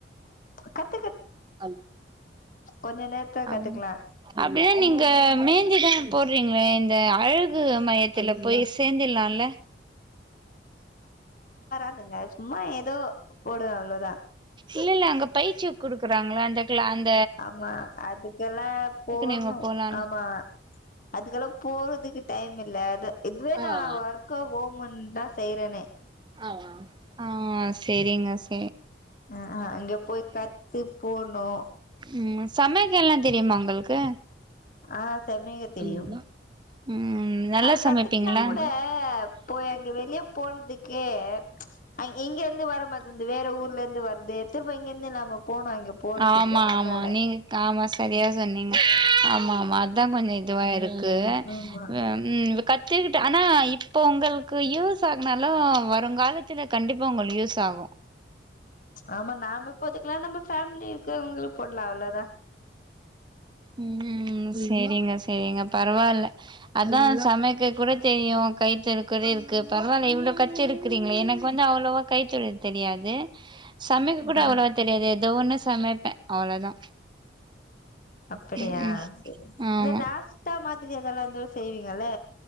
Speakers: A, on the left; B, on the right.
A: கட்
B: <unintelligible>
A: கொஞ்ச நேரத்துல
B: அப்படின்னா
A: கத்துக்கலா
B: நீங்க மேந்திதான் போடுறீங்களே இந்த அழகு மையத் ல போய் சேர்ந்தர்லாம்ல.
A: பாக்க சும்மா ஏதோ போடுவ அவ்வளோ
B: இல்ல இல்ல அங்க பயிற்சி குடுக்குறாங்கள அந்த அ
A: ஆமா அதுக்கெல்லாம் போகணும்
B: நீங்க போலால
A: ஆமா அதுக்கெல்லாம் போறதுக்கு டைம் இல்ல இதுவே நான்
B: ஆமா
A: ஒர்க்கா ஹொம் முன் தான் செறனே
B: ஆமா ஆஹ் செரிங்க ஸ்
A: அஹ்ஹ அங்க போய் கத்து போணு
B: உம் சமையகல்லா தெரியுமா உங்களுக்கு
A: ஆஹ் செமக தெரியு
B: அல்லா ம் நல்லா
A: அது கத்துக்குனா
B: சமைப்பீங்களா
A: கூட
B: நல்லா
A: இப்பே எங்க வெளியே போறதுக்கே அ இங்க இருந்து வர மாத இருந்து வேற ஊர்ல இருந்து வருது திரும்ப இங்க இருந்து நாம போனோ இங்க போறதுக்கு
B: ஆமா
A: அதனால
B: ஆமா நீங்க ஆமா சரியா சொன்னீங்க ஆமா ஆமா அதா கொஞ்ச இதுவா இருக் கு
A: ஆமா
B: உம் த்துக்குட்டு ஆனா இப்பே உங்களுக்கு யூஸ் ஆகுனாலு வருங்காலத்துல கண்டிப்பா உங்களுக்கு யூஸ் ஆகு
A: ஆமா நாம போத்துக்கலா நம்ம பேஃமலி இருக்கிறவங்களுக்கு போடலாள
B: உம் செரிங்க செரிங்க பரவால்ல அதா சமைக்க கூட தெரியு கைத்தழு கூட இருக்கு பரவாயில்ல இவ்வளவு கத்து இருக்குறீங்களே எனக்கு வந்து அவ்வளவ் கைத்தொழில் தெரியாது சமைக்க கூட
A: ஆ
B: அவ்வளவோ தெரியாது ஏதோ ஒண்ணு சமைப்பே அவ்ளோதா
A: அப்படியா
B: ம் ம்
A: சரி
B: ஆமா
A: லாஸ்ட்டா மாதிரி அதெல்லா ஏதோ செய்வீங்கில்ல